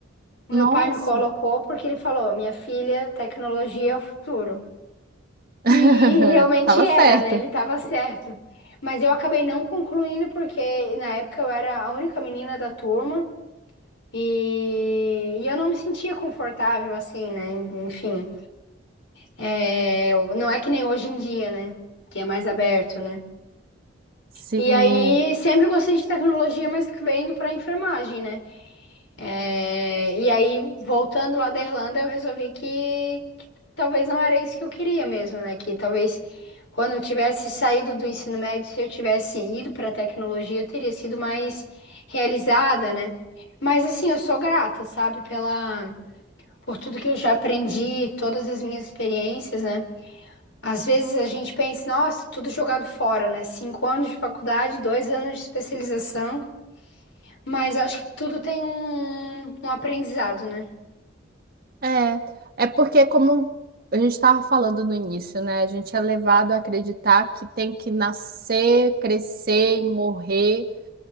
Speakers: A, on the left (about 75°); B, on the right (about 50°).
A: O
B: Nossa,
A: meu pai me colocou porque ele falou: "Minha filha, tecnologia é o futuro".
B: <laughs>
A: E, e realmente
B: tava
A: era,
B: certa.
A: né? Ele estava certo. Mas eu acabei não concluindo porque na época eu era a única menina da turma e, e eu não me sentia confortável assim, né? Enfim, é, não é que nem hoje em dia, né? Que é mais aberto, né?
B: Sim,
A: E aí, sempre gostei de tecnologia, mas acabei indo para enfermagem, né? É, E aí, voltando lá da Irlanda, eu resolvi que, que talvez não era isso que eu queria mesmo, né? Que talvez quando eu tivesse saído do ensino médio, se eu tivesse ido para tecnologia, eu teria sido mais realizada, né? Mas assim, eu sou grata, sabe, pela por tudo que eu já aprendi, todas as minhas experiências, né? Às vezes a gente pensa, nossa, tudo jogado fora, né? Cinco anos de faculdade, dois anos de especialização, mas acho que tudo tem um, um aprendizado, né?
B: é. É porque, como a gente estava falando no início, né? A gente é levado a acreditar que tem que nascer, crescer e morrer